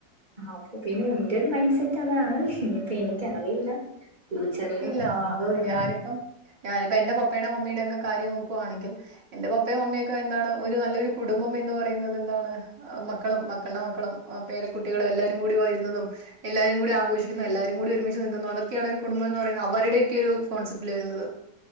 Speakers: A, on the right; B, on the right.
A: ആ ഓക്കെ പിന്നെ ഇന്റെ ഒരു മൈന്റ് സെറ്റ് അതാണ്, പക്ഷെ ഇനിയിപ്പ എനിക്കറിയില്ല. ഫ്യൂച്ചറിൽ
B: ഇല്ല,
A: മാറോ എന്ന്
B: ഞാനിപ്പം ഞാനിപ്പ എന്റെ പപ്പടെ മമ്മീടെ ഒക്കെ കാര്യം നോക്കുവാണെങ്കിൽ. എന്റെ പപ്പയും മമ്മിയൊക്കെ എന്താണ് ഒരു നല്ലൊരു കുടുംബം എന്ന് പറയുന്നത് എന്താണ് ആഹ് മക്കളും മക്കൾടെ മക്കളുംആഹ് പേര കുട്ടികളും എല്ലാരും കൂടി വരുന്നതും എല്ലാരും കൂടി ആഘോഷിക്കുന്നു എല്ലാരും കൂടി ഒരുമിച്ച് നിക്കുന്നു അതൊക്കെയാണ് ഒരു കുടുംബം ന്ന് പറയുന്നത് അവരുടെയൊക്കെ ഒരു കോൺസെപ്റ്റ്ല് വരുന്നത്.